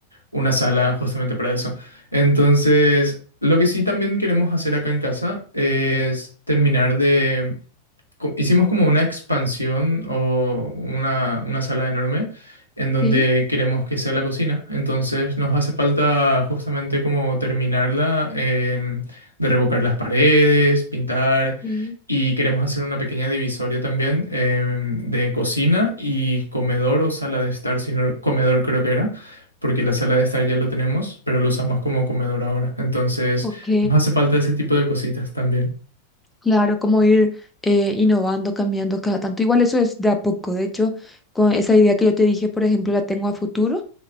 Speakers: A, on the right; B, in the centre.
A: una sala justamente para eso. Entonces, lo que sí también queremos hacer acá en casa es terminar de co- hicimos como una expansión o una, una sala enorme en donde
B: Sí,
A: queremos que sea la cocina. Entonces nos hace falta justamente como terminarla, en- de revocar las paredes, pintar
B: sí.
A: y queremos hacer una pequeña divisoria también em, de cocina y comedor o sala de estar, sino comedor creo que era. Porque la sala de estar ya lo tenemos, pero lo usamos como comedor ahora. Entonces,
B: Ok.
A: nos hace falta ese tipo de cositas también.
B: Claro, como ir eh, innovando, cambiando cada tanto. Igual eso es de a poco. De hecho, con esa idea que yo te dije, por ejemplo, la tengo a futuro.